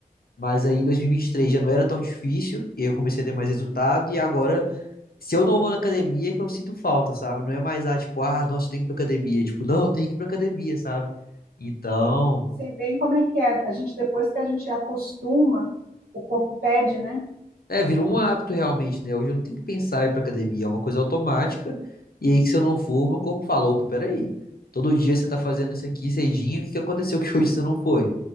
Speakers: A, on the left; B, on the right.
A: Mas aí em 2023 já não era tão difícil, e aí eu comecei a ter mais resultado, e agora se eu não vou na academia, é que eu sinto falta, sabe? Não é mais, ah, tipo, ah, nossa, tem que ir pra academia. Tipo, não, tem que ir pra academia, sabe? Então,
B: eu sei bem como é que é. A gente, depois que a gente acostuma, o corpo pede, né?
A: É, virou um hábito realmente, né? Hoje eu não tenho que pensar em ir pra academia, é uma coisa automática. E aí que se eu não for, meu corpo falou, opa, peraí. Todo dia você tá fazendo isso aqui cedinho, o que que aconteceu que <laughs> hoje você não foi?